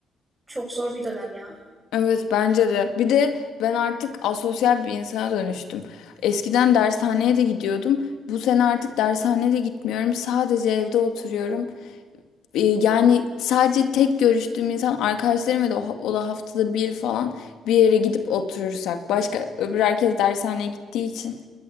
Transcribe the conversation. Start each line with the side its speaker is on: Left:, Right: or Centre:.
Right: Çok zor bir dönem ya.
Left: Evet bence de. Bir de ben artık asosyal bir insana dönüştüm. Eskiden dershaneye de gidiyordum. Bu sene artık dershaneye de gitmiyorum. Sadece evde oturuyorum. E, Yani sadece tek görüştüğüm insan arkadaşlarım ve de o, o da haftada bir falan bir yere gidip oturursak. Başka öbür herkes dershaneye gittiği için